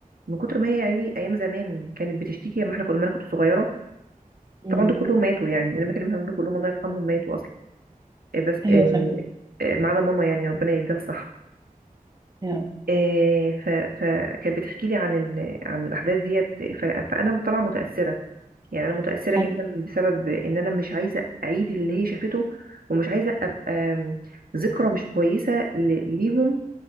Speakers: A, on the right (about 80°); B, on the right (about 25°).
A: من كتر ما هي يعني أيام زمان كانت بتشتكي لما احنا كنا لما أنا كنت صغيرة
B: امم
A: طبعا دول كلهم ماتوا يعني أنا بكلمها دول كلهم الله يرحمهم ماتوا أصلا إيه بس
B: ايوه
A: إيه
B: فاهم
A: إيه ما عدا ماما يعني ربنا يهديها الصح
B: يا رب
A: إيه ف- فكانت بتحكي لي عن ال- عن الأحداث ديت ف- فأنا طالعة متأثرة يعني انا متاثره
B: ايوه
A: جدا بسبب ان انا مش عايزه اعيد اللي هي شافته ومش عايزه ابقى آم، ذكرى مش كويسه ل- ليهم